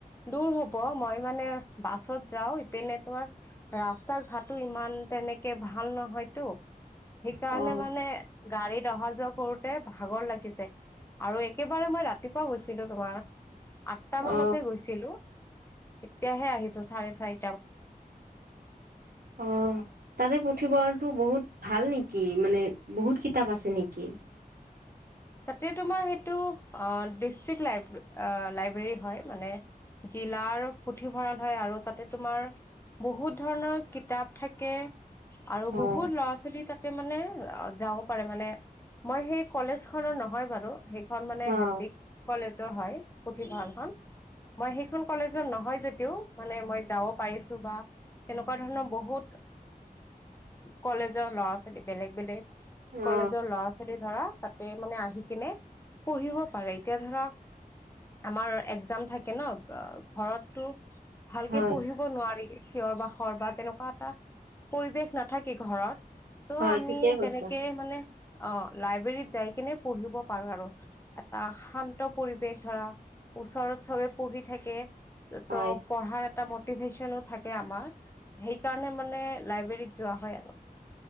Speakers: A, on the left; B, on the right.
A: দূৰ হ'ব। মই মানে বাছত যাওঁ ইপিনে তোমাৰ ৰাস্তা ঘাটো ইমান তেনেকে ভাল নহয়তো। সেইকাৰণে
B: অ
A: মানে গাড়ীত অহা যোৱা কৰোতে ভাগৰ লাগি যায়। আৰু এ একেবাৰে মই ৰাতিপুৱা গৈছিলো তোমাৰ আঠটা মানতে
B: অ
A: গৈছিলো। এতিয়াহে আহিছো চাৰে চাৰি
B: অ', তাৰে পুথিভঁৰাল টো বহুত ভাল নেকি? মানে বহুত কিতাপ আছে নেকি?
A: তাতে তোমাৰ সেইটো অঁ ডিষ্ট্ৰিক লাইব্ৰে অঁ লাইব্ৰেৰী হয় মানে জিলাৰ পুথিভঁৰাল হয় আৰু তাতে তোমাৰ বহুত ধৰণৰ কিতাপ থাকে আৰু
B: হয়
A: বহুত ল'ৰা ছোৱালী তাত তাতে মানে আ যাব পাৰে মানে। মই সেই কলেজখনৰ নহয় বাৰু। সেইখন মানে
B: অ
A: সন্দিকৈ কলেজৰ হয় পুথিভঁৰালখন। মই সেইখন কলেজৰ নহয় যদিও মানে মই যাব পাৰিছো বা তেনেকুৱা ধৰণৰ বহুত কলেজৰ ল'ৰা-ছোৱা বেলেগ বেলেগ
B: অ
A: কলেজৰ ল'ৰা-ছোৱালী ধৰা তে মানে আহি কিনে পঢ়িব পাৰে। এতিয়া ধৰা আমাৰ একজাম থাকে ন' অঁ ঘৰত তো ভালকে
B: হয়
A: পঢ়িব নোৱাৰি চিঞৰ-বাখৰ বা তেনেকুৱা এটা পৰিৱেশ নাথাকে ঘৰত ত'
B: হয়
A: আমি
B: ঠিকে কৈছা
A: তেনেকে মানে অ' লাইব্ৰেৰীত যাই কিনে পঢ়িব পাৰো আৰু এটা শান্ত পৰিৱেশ ধৰা ওচৰত চবে পঢ়ি থাকে ত'
B: হয়
A: পঢ়াৰ এটা ম মোটিভেশ্যনো থাকে আমাৰ সেইকাৰণে মানে লাইব্ৰেৰীত যোৱা হয় আৰু